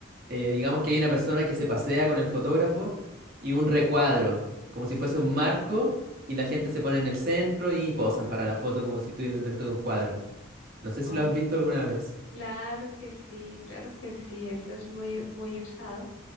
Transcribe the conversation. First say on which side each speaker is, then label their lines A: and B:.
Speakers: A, on the right; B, on the left.
A: eh, digamos que hay una persona que se pasea con el fotógrafo y un recuadro, como si fuese un marco, y la gente se pone en el centro y posan para la foto como si estuvieran dentro de un cuadro. No sé si
B: Oh,
A: lo has visto alguna vez.
B: claro que sí, claro que sí, eso es muy, muy usado.